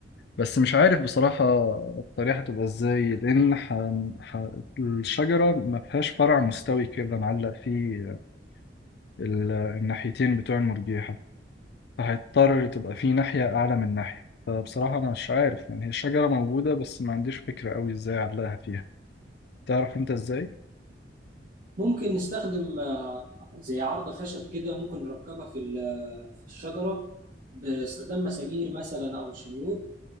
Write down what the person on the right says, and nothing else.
ممكن نستخدم آه، زي عرض خشب كده ممكن نركبها في ال- آه، في الشجرة باستخدام مسامير مثلا او شنيور